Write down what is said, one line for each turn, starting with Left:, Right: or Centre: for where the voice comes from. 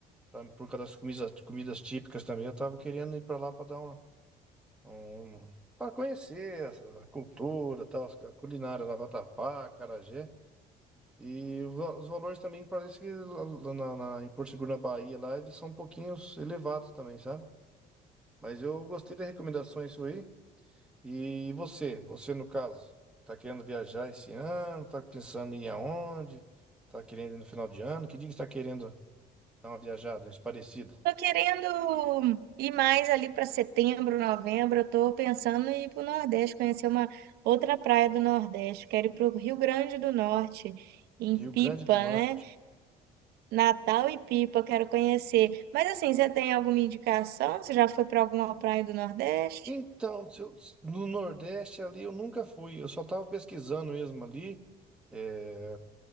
Centre: pra- por causa das comidas, comidas típicas também. Eu tava querendo ir pra lá pra dar uma. Um, pra conhecer essa- a cultura, tal, as- a culinária, lá, Vatapá, acarajé. E o va- os valores também parece que lá- lá na, na- em Porto Seguro, na Bahia, lá eles são um pouquinho elevados também, sabe? Mas eu gostei das recomendações aí. E você, você no caso, tá querendo viajar esse ano? Tá pensando em ir aonde? Tá querendo ir no final de ano? Que dia que você tá querendo dar uma viajada, uns parecido?
Right: Tô querendo ir mais ali para setembro, novembro. Eu tô pensando em ir para o Nordeste, conhecer uma outra praia do Nordeste. Quero ir para o Rio Grande do Norte, em
Centre: Rio
Right: Pipa,
Centre: Grande do Norte.
Right: né? Natal e Pipa, eu quero conhecer. Mas assim, você tem alguma indicação? Você já foi para alguma praia do Nordeste?
Centre: Então, se eu- no Nordeste ali eu nunca fui, eu só tava pesquisando mesmo ali, eh,